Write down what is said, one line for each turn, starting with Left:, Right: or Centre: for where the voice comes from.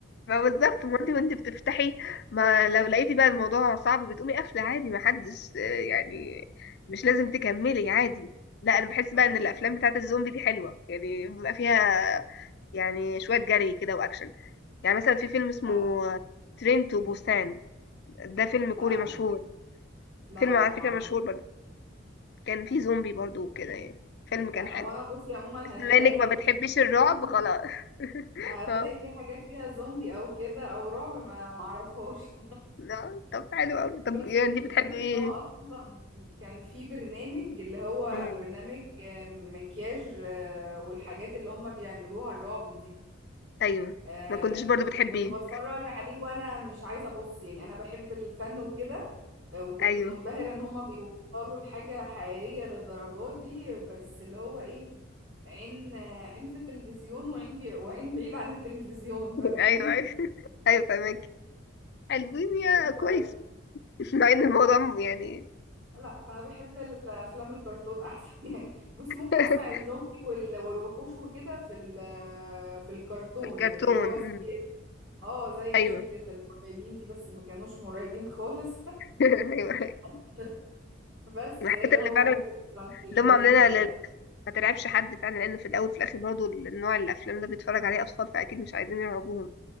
Left: ما بالظبط ما انت وانت بتفتحي ما لو لقيتي بقى الموضوع صعب بتقومي قافلة عادي ما حدش آه يعني مش لازم تكملي عادي لا انا بحس
Right: فاهمكي
Left: بقى ان الافلام بتاعت الزومبي دي حلوة يعني بيبقى فيها يعني شوية جري كده وأكشن يعني مثلا في فيلم اسمه
Right: لا
Left: ترين تو
Right: مم.
Left: بوسان ده فيلم
Right: لا
Left: كوري مشهور
Right: ما. لا
Left: فيلم
Right: لا
Left: على
Right: ما
Left: فكرة
Right: اعرف
Left: مشهور برضه كان فيه زومبي برضه وكده يعني فيلم
Right: لا
Left: كان حلو
Right: هو انا بصي عموما
Left: بس
Right: هتلاقي
Left: بما انك
Right: اي
Left: ما
Right: حاجة
Left: بتحبيش
Right: فيها
Left: الرعب
Right: زومبي
Left: خلاص <laughs>
Right: هتلاقي
Left: اه
Right: في حاجة فيها زومبي او كده او رعب ما ما اعرفهاش
Left: آه، طب حلو أوي طب
Right: بس
Left: يعني
Right: لدرجة
Left: انت بتحبي ايه؟
Right: ان هو اصلا كان في برنامج اللي هو
Left: مم.
Right: برنامج آه، مكياج آه، والحاجات اللي هم بيعملوها الرعب دي
Left: ايوه
Right: آه،
Left: ما كنتش برضه بتحبيه
Right: كنت بتفرج عليه وانا مش عايزة ابص يعني انا بحب الفن وكده آه، وكنت
Left: ايوه
Right: منبهرة
Left: <laughs>
Right: ان هم بيوصلوا لحاجة حقيقية للدرجة دي بس اللي هو ايه عين آه، عين في التلفزيون وعين بي... وعين بعيد عن التلفزيون فاهماني
Left: ايوه ايوه ايوه فاهمك حلوين يا
Right: <laughs>
Left: كويس
Right: فال-
Left: <laughs> مع ان الموضوع يعني
Right: لا انا بحب الافلام الكرتون احسن <laughs> يعني بصي ممكن
Left: <laughs>
Right: اسمع الزومبي وال- والوحوش وكده في ال- في الكرتون
Left: الكرتون
Right: يعني اللي هو
Left: مم.
Right: زي اه زي
Left: ايوه
Right: شركة المرعبين دي بس ما كانوش مرعبين خالص
Left: <laughs> ايوه
Right: <laughs> بس زي
Left: الحاجات
Right: اللي هو
Left: اللي فعلا
Right: هوتل ترانسلفينيا
Left: اللي هم عاملينها
Right: ده
Left: لل... ما ترعبش حد فعلا لان في الاول في الاخر برضو النوع الافلام ده بيتفرج عليه اطفال فاكيد مش عايزين يرعبوهم